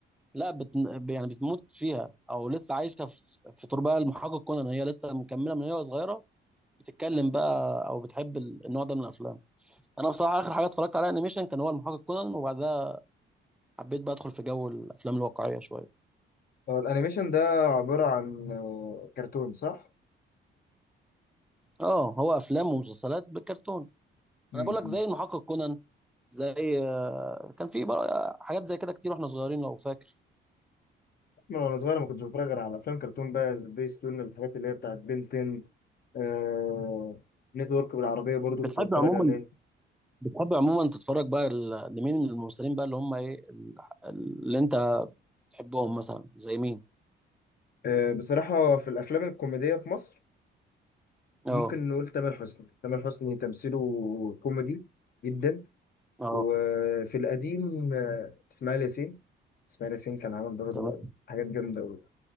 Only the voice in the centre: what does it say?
لا بت... يعني بتموت فيها او لسه عايشه في, في تربه المحقق كونان هي لسه مكمله من هي صغيره بتتكلم بقى او بتحب ال- النوع ده من الافلام انا بصراحه اخر حاجه اتفرجت عليها انيميشن كان هو المحقق كونان وبعدها حبيت بقى ادخل في جو الافلام الواقعيه شويه
اه هو افلام ومسلسلات بالكرتون
انا بقول لك زي المحقق كونان زي آه، كان في بقى حاجات زي كده كتير واحنا صغيرين لو فاكر
بتحب
عموما
بتحب عموما تتفرج بقى ل- لمين من الممثلين بقى اللي هم ايه ال- اللي انت تحبهم مثلا زي مين
اه
اه
تمام